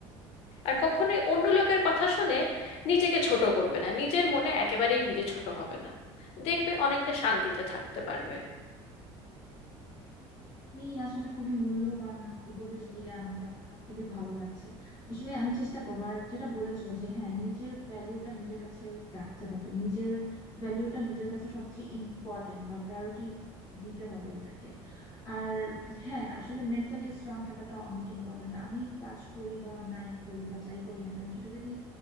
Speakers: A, on the left (about 60°); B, on the left (about 35°).
A: আর কখনোই অন্য লোকের কথা শুনে নিজেকে ছোট করবে না নিজের মনে একেবারেই নিজে ছোট হবে না দেখবে অনেকটা শান্তিতে থাকতে পারবে
B: তুমি আসলে খুবই মূল্যবান উপদেশ দিলে আমাকে আমার খুবই ভালো লাগছে আসলে আমি চেষ্টা করবো আর যেটা বলেছো যে হ্যাঁ নিজের ভ্যালিউটা নিজের কাছে রাখতে হবে নিজের ভ্যালিউটা নিজের কাছে সবচেয়ে ইম্পর্টেন্ট বা প্রায়োরিটি দিতে হবে এটাকে আর হ্যাঁ আসলে মেন্টালি স্ট্রং থাকাটা অনেক ইম্পর্টেন্ট আমি কাজ করি বা নাই করি বা যাই করি না কেন সেটা যদি